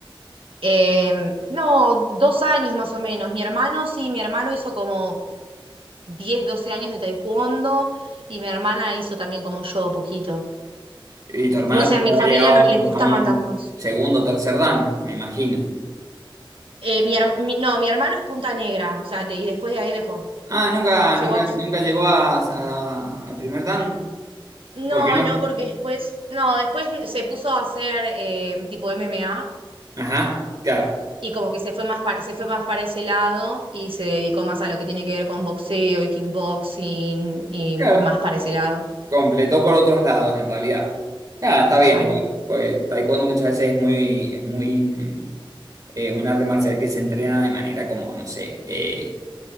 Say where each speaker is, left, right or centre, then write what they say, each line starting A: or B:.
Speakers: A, on the right (about 75°); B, on the right (about 45°).
A: Em, no, dos años más o menos. Mi hermano, sí, mi hermano hizo como 10, 12 años de taekwondo y mi hermana hizo también como yo, poquito.
B: Y tu hermano
A: No sé,
B: tiene
A: a
B: que
A: mi
B: haber
A: familia
B: llegado
A: no les
B: a un,
A: gusta
B: a un
A: mandarnos.
B: segundo, o tercer dan, me imagino.
A: Eh, mi, her- mi- no, mi hermano es Punta Negra, o sea, de- y después de ahí dejó.
B: Ah, nunca, nunca,
A: Llegó a-
B: nunca llegó a, a- al primer dan.
A: No,
B: Porque no.
A: no, porque después, no, después se puso a hacer eh, tipo MMA
B: Ajá, claro,
A: y como que se fue más para, se fue más para ese lado y se dedicó más a lo que tiene que ver con boxeo y kickboxing y
B: claro.
A: más para ese lado,
B: Completó por otros lados, en realidad. Ah, está bien
A: claro.
B: igual, porque taekwondo muchas veces es muy, es muy mm, eh, un arte marcial que se entrena de manera como, no sé, eh,